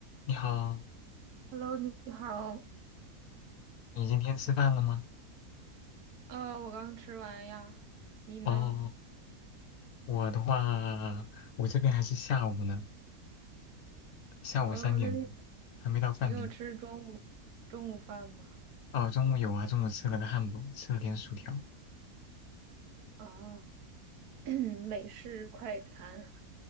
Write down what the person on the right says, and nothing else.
Hello，你好。
呃，我刚吃完呀，你呢？
呃，那你
你有吃中午中午饭吗？
啊，<clears throat> 美式快餐。